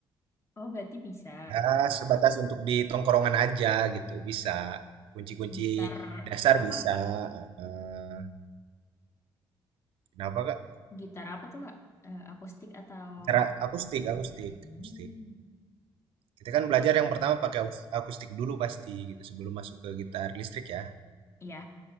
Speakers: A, on the left (about 30°); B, on the right (about 80°).
A: Oh, berarti bisa.
B: Ya, sebatas untuk di tongkrongan aja gitu, bisa. Kunci-kunci
A: Gitar
B: dasar
A: apa
B: bisa.
A: Kak?
B: Eh, kenapa Kak?
A: Gitar apa tuh Kak? Eh, akustik atau
B: Cara aku stick, aku stick,
A: Hmm,
B: aku stick. Kita kan
A: itu
B: belajar yang pertama pakai aus- akustik dulu pasti gitu sebelum masuk ke gitar listrik ya.
A: ya